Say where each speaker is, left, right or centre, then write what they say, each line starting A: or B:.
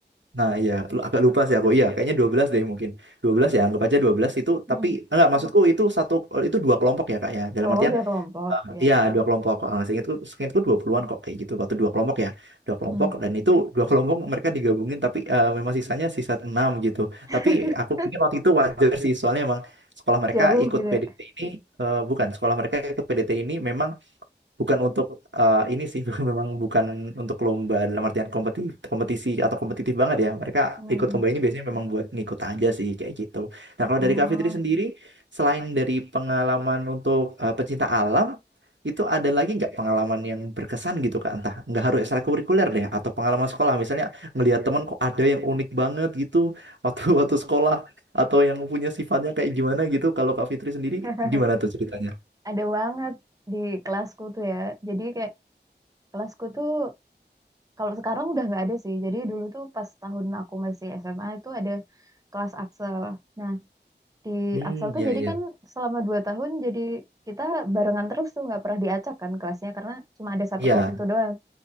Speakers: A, on the right; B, on the right.
A: Nah, iya, lu- agak lupa sih aku. Iya, kayaknya 12 deh mungkin. dua belas ya, anggap aja 12 itu
B: Mm-mm.
A: tapi enggak maksudku itu satu itu dua kelompok ya, Kak ya. Dalam
B: Oh,
A: artian
B: dua kelompok. Ya.
A: Iya, dua kelompok. Eh, seingatku, seingatku 20-an kok kayak gitu. Waktu dua kelompok ya. Dua kelompok
B: Mm.
A: dan itu dua kelompok mereka digabungin tapi eh, memang sisanya sisa enam gitu.
B: <laughs>
A: Tapi aku pikir waktu itu wajar sih soalnya emang sekolah mereka
B: Jauh
A: ikut
B: gitu
A: PDT
B: ya.
A: ini eh, bukan sekolah mereka ikut PDT ini memang bukan untuk eh, ini sih <laughs> memang bukan untuk lomba dalam artian kompeti kompetisi atau kompetitif banget ya mereka
B: Mm.
A: ikut lomba ini biasanya memang buat ngikut aja sih kayak gitu nah kalau
B: Oh.
A: dari Kak Fitri sendiri selain dari pengalaman untuk eh, pecinta alam itu ada lagi nggak pengalaman yang berkesan gitu Kak entah nggak harus ekstrakurikuler deh atau pengalaman sekolah misalnya ngelihat teman kok ada yang unik banget gitu waktu <laughs> waktu sekolah atau yang punya sifatnya kayak gimana gitu kalau Kak Fitri sendiri
B: <laughs>
A: gimana tuh ceritanya?
B: Ada banget di kelasku tuh ya. Jadi kayak kelasku tuh kalau sekarang udah nggak ada sih. Jadi dulu tuh pas tahun aku masih SMA itu ada kelas Axel. Nah, di
A: Hmm,
B: Axel tuh
A: iya,
B: jadi
A: iya.
B: kan selama dua tahun jadi kita barengan terus tuh nggak pernah diacak kan kelasnya karena cuma ada satu
A: Iya.
B: kelas itu doang.